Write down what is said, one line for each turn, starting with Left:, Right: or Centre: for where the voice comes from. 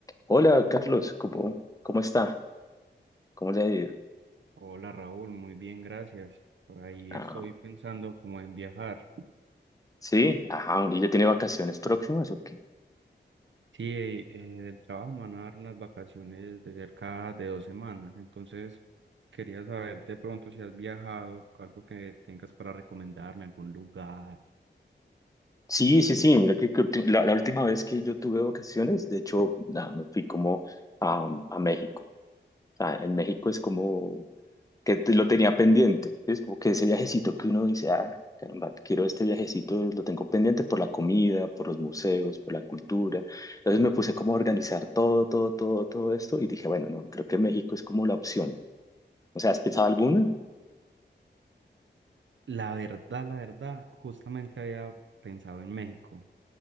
Left: Hola, Carlos, ¿cómo, cómo está? ¿Cómo le ha ido?
Right: Hola Raúl, muy bien, gracias. Por ahí
Left: Ah,
Right: estoy pensando como en viajar.
Left: sí, ajá, ¿y ya tiene vacaciones próximas o qué?
Right: Sí, eh, eh, del trabajo me van a dar unas vacaciones de cerca de dos semanas, entonces quería saber de pronto si has viajado, algo que tengas para recomendarme, algún lugar.
Left: Sí, sí, sí, mira que, que ulti- la, la última vez que yo tuve vacaciones, de hecho, nada, me fui como a, a México. O sea, en México es como que te- lo tenía pendiente, es como que ese viajecito que uno dice, ah, caramba, quiero este viajecito, lo tengo pendiente por la comida, por los museos, por la cultura. Entonces me puse como a organizar todo, todo, todo, todo esto y dije, bueno, no, creo que México es como la opción. O sea, ¿has pensado alguna?
Right: La verdad, la verdad, justamente había pensado en México.